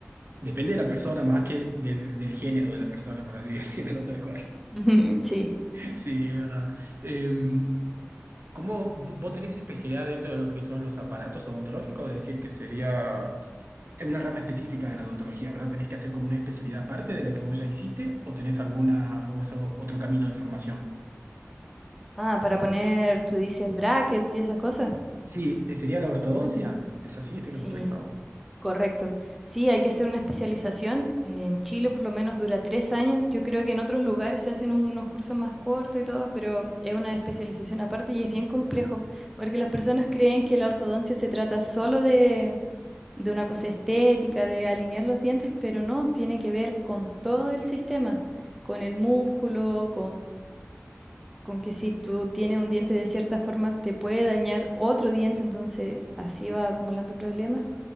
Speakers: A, on the right; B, in the centre.
A: Depende de la persona, más que del, del género de la persona, por así <laughs> decirlo tal cual.
B: <laughs> Sí.
A: Sí, es verdad. Em, ¿cómo vo- vos tenés especialidad dentro de lo que son los aparatos odontológicos? Es decir, que sería es una rama específica de la odontología, ¿verdad? ¿Tenés que hacer como una especialidad aparte de la que vos ya hiciste o tenés alguna o usado otro camino de formación?
B: Ah, para poner, tú dices bracket y esas cosas.
A: Sí, eh, sería la ortodoncia. ¿Es así? ¿Estoy
B: Sí,
A: en lo correcto?
B: correcto. Sí, hay que hacer una especialización. En Chile por lo menos dura tres años. Yo creo que en otros lugares se hacen un- unos cursos más cortos y todo, pero es una especialización aparte y es bien complejo, porque las personas creen que la ortodoncia se trata solo de, de una cosa estética, de alinear los dientes, pero no, tiene que ver con todo el sistema, con el músculo, con que si tú tienes un diente de cierta forma, te puede dañar otro diente, entonces así va acumulando problemas.